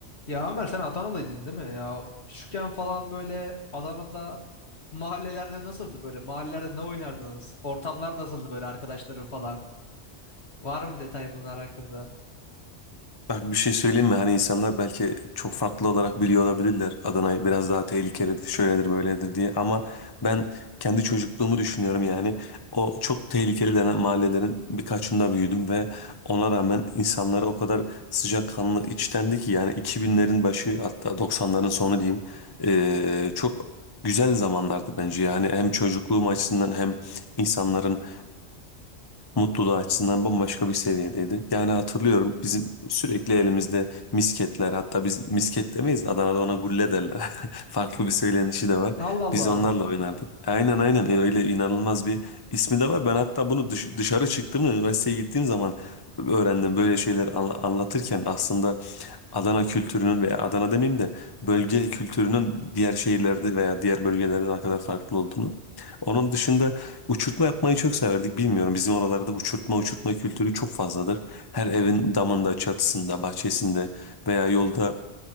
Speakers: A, on the left; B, on the left.
A: Ya Ömer sen Adanalıydın değil mi? Ya küçükken falan böyle Adana'da mahallelerde nasıldı böyle? Mahallelerde ne oynardınız? Ortamlar nasıldı böyle arkadaşların falan? Var mı detay bunlar hakkında?
B: Bak bir şey söyleyeyim mi? Hani insanlar belki çok farklı olarak biliyor olabilirler. Adana'yı biraz daha tehlikelidir, şöyledir, böyledir diye. Ama ben kendi çocukluğumu düşünüyorum yani. O çok tehlikeli denen mahallelerin birkaçında büyüdüm ve ona rağmen insanları o kadar sıcakkanlı, içtendi ki yani 2000'lerin başı hatta 90'ların sonu diyeyim. Ee, çok güzel zamanlardı bence yani hem çocukluğum açısından hem insanların mutluluğu açısından bambaşka bir seviyedeydi. Yani hatırlıyorum bizim sürekli elimizde misketler hatta biz misket demeyiz Adana'da ona gulle derler. <laughs> Farklı bir söylenişi de var.
A: Allah Allah.
B: Biz onlarla oynardık. Aynen aynen E, öyle inanılmaz bir ismi de var. Ben hatta bunu dış- dışarı çıktığımda üniversiteye gittiğim zaman öğrendim böyle şeyler anla- anlatırken aslında Adana kültürünün veya Adana demeyeyim de bölge kültürünün diğer şehirlerde veya diğer bölgelerde ne kadar farklı olduğunu. Onun dışında uçurtma yapmayı çok severdik. Bilmiyorum bizim oralarda uçurtma uçurtma kültürü çok fazladır. Her evin damında, çatısında, bahçesinde veya yolda